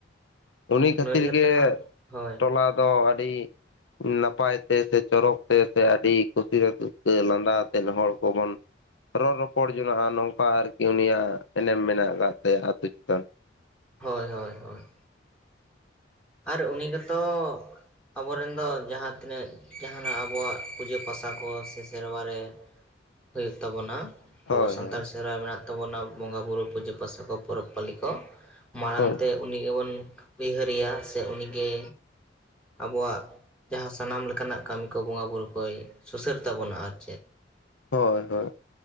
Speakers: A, on the left; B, in the centre.
A: ᱩᱱᱤ
B: ᱱᱩᱭ
A: ᱠᱷᱟᱹᱛᱤᱨ
B: ᱜᱮᱛᱚ
A: ᱜᱮ,
B: ᱦᱟᱸᱜ ᱦᱳᱭ
A: ᱴᱚᱞᱟ ᱫᱚ ᱟᱹᱰᱤ ᱱᱟᱯᱟᱭ ᱛᱮ, ᱥᱮ ᱪᱚᱨᱚᱠ ᱛᱮ, ᱥᱮ ᱟᱹᱰᱤ ᱠᱩᱥᱤ ᱨᱟᱹᱥᱠᱟᱹ ᱞᱟᱸᱫᱟ ᱟᱛᱮᱫ ᱦᱚᱲ ᱠᱚᱵᱚᱱ ᱨᱚᱲ ᱨᱚᱯᱚᱲ ᱡᱚᱱᱟᱜᱼᱟ ᱱᱚᱝᱠᱟ ᱟᱨᱠᱤ ᱩᱱᱤᱭᱟᱜ ᱮᱱᱮᱢ ᱢᱮᱱᱟᱜ ᱟᱠᱟᱜ ᱛᱟᱭᱟ ᱟᱛᱳ ᱪᱮᱛᱟᱱ᱾
B: ᱦᱳᱭ ᱦᱳᱭ ᱦᱳᱭ᱾ ᱟᱨ ᱩᱱᱤ ᱜᱮᱛᱚ ᱟᱵᱚᱨᱮᱱ ᱫᱚ ᱡᱟᱦᱟᱸ ᱛᱤᱱᱟᱹᱜ ᱡᱟᱦᱟᱸᱱᱟᱜ ᱟᱵᱚᱣᱟᱜ ᱯᱩᱡᱟᱹ ᱯᱟᱥᱟ ᱠᱚ ᱥᱮ ᱥᱮᱨᱣᱟ ᱨᱮ ᱦᱳᱭᱳᱜ ᱛᱟᱵᱚᱱᱟ
A: ᱦᱳᱭ
B: ᱟᱵᱚ ᱥᱟᱱᱛᱟᱲ
A: ᱦᱳᱭ
B: ᱥᱮᱨᱣᱟ ᱨᱮ ᱢᱮᱱᱟᱜ ᱛᱟᱵᱚᱱᱟ ᱵᱚᱸᱜᱟ ᱵᱩᱨᱩ ᱯᱩᱡᱟᱹ ᱯᱟᱥᱟ ᱠᱚ ᱯᱚᱨᱚᱵᱽ ᱯᱟᱹᱞᱤ ᱠᱚ ᱢᱟᱲᱟᱝ
A: ᱦᱳᱭ
B: ᱛᱮ ᱩᱱᱤ ᱜᱮᱵᱚᱱ ᱩᱭᱦᱟᱹᱨᱮᱭᱟ, ᱥᱮ ᱩᱱᱤ ᱜᱮ ᱟᱵᱚᱣᱟᱜ ᱡᱟᱦᱟᱸ ᱥᱟᱱᱟᱢ ᱞᱮᱠᱟᱱᱟᱜ ᱠᱟᱹᱢᱤ ᱠᱚ ᱵᱚᱸᱜᱟ ᱵᱩᱨᱩ ᱠᱚᱭ ᱥᱩᱥᱟᱹᱨ ᱛᱟᱵᱚᱱᱟ ᱟᱨ ᱪᱮᱫ᱾
A: ᱦᱳᱭ ᱦᱳᱭ᱾